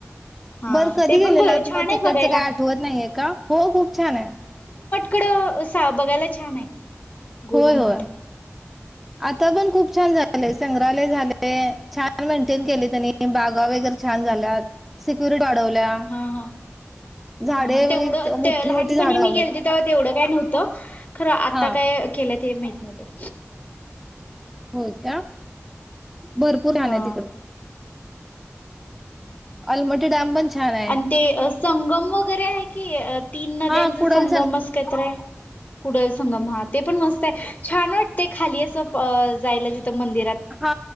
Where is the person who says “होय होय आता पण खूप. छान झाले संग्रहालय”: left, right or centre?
Centre